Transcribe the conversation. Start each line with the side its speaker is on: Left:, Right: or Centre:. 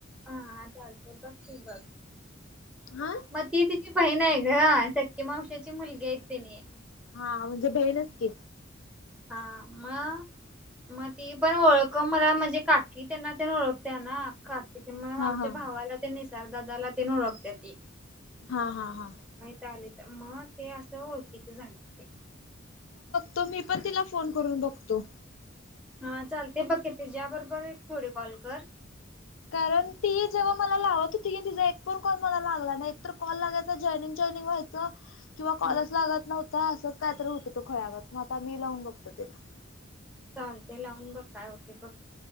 Centre: हा चालते बघ की बघ.
Left: हा
Centre: मग ती तिची बहीण आहे गं ती मावशाची मुलगी आहेत तिनी
Left: ह म्हणजे बहीणच कि
Centre: हा मग. मग ती पण ओळख मला म्हणजे काकी त्यांना तेण ओळखते ना म
Left: हा
Centre: आमच्या
Left: हा
Centre: भावाला ते निसार दादाला तेण ओळखती या ती
Left: हा हा हा
Centre: माहित आले मग ते असं ओळखीच झालं ते
Left: तो मी पण तिला फोन करून बघतो
Centre: हा चालतंय बघ की तीझ्या बरोबर एक थोडे कॉल कर
Left: कारण ती जेव्हा मला लावत होती कणी तिचा एक ण कॉल मला लागला नाही एक तर कॉल लागायचा जॉनिंग जॉईनिंग व्हायचं-‍- किंवा कॉलच
Centre: हा
Left: लागत नव्हता असंच कायतरी होतं तो खुळ्यागत मग आता मी लावून बघतो तिला
Centre: चालतंय लावून बघ काय होते बघ